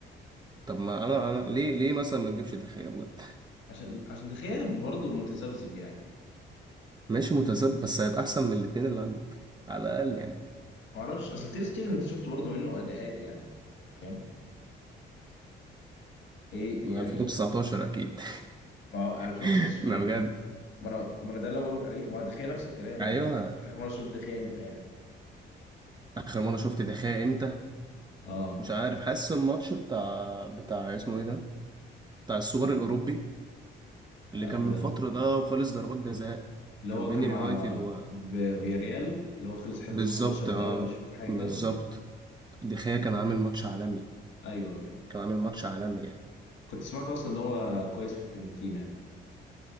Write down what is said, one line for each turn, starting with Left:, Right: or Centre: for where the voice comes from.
Right: طب ما انا انا ليه ليه مثلا ما نجيبش دخيا بجد
Left: عشان عشان تخيل برضه متذبذب يعني
Right: ماشي متذبذب بس هيبقى احسن من الاتنين اللي عندك على الاقل يعني
Left: معرفش اصل تير شتيجن انت شفت برضه منه اداءات يعني فاهم هي
Right: من
Left: يعني
Right: 2019 اكيد
Left: ما هو 2019
Right: <laughs> ما بجد
Left: ما انا ما انا ده اللي بقولك عليه ما هو دخيا نفس الكلام
Right: ايوه
Left: انت اخر اخر مره شفت دخيا امتى يعني
Right: اخر مره شفت دخيا امتى
Left: اه
Right: مش عارف حاسس الماتش بتاع بتاع اسمه ايه ده بتاع السوبر الاوروبي
Left: انهو
Right: اللي كان من
Left: ده
Right: فترة ده وخلص ضربات جزاء
Left: اللي
Right: كان
Left: هو
Right: بين
Left: كان
Right: اليونايتد
Left: مع
Right: و
Left: في فياريال اللي هو خلص 11
Right: بالظبط
Left: 11 ده
Right: اه
Left: ولا مش فاكر حاجه
Right: بالظبط
Left: كده
Right: دخيا كان عامل ماتش عالمي
Left: ايوه ايوه أيوة.
Right: كان عامل ماتش عالمي يعني
Left: كنت سمعت اصلا ان هو كويس في فيورنتينا يعني